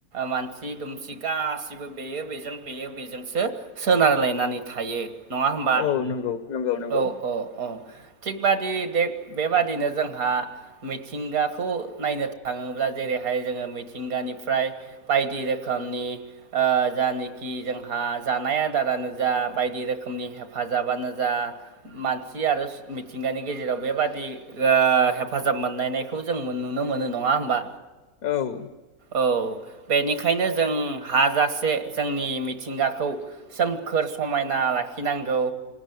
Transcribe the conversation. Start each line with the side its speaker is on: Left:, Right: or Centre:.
Right: मानसि सि दुमसि गासिबो बेयो बेजों बेयो बेजोंसो सोनारलायनानै थायो। नंङा होमबा
Left: औ नंगौ नंगौ नंगौ
Right: औ औ औ थिग बादि बेबादिनो जोंहा मिथिंगाखौ खौ नायनो थाङोब्ला जेरैहाय जोंङो मिथिंगानिफ्राय बायदि रोखोमनि जानखि जोंहा जानाय आदारानो जा बायदि रोखोमनि हेफाजाबानो जा मानसि आरो मिथिंगानि गेजेराव बेबादि हेफाजाब मोननायखौ जों नुनो मोनो नंङा होनोमबा
Left: औ
Right: औ बेनिखायनो जों हाजासे जोंनि मिथिंगाखौ सोमखोर समायना लाखिनांगौ